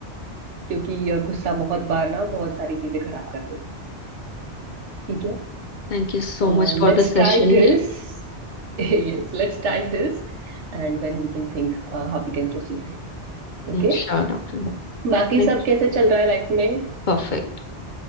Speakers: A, on the right (about 85°); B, on the left (about 50°).
A: क्योंकि यह गुस्सा बहुत बार ना बहुत सारी चीजें खराब कर देता है ठीक है
B: thank you so
A: तो
B: much for
A: let's
B: the session
A: try this Yes let's try this and then we can think how we can proceed Okay
B: Sure doctor
A: <laughs> बाकी
B: Thank
A: सब
B: you
A: कैसे चल रहा है लाइफ में
B: Perfect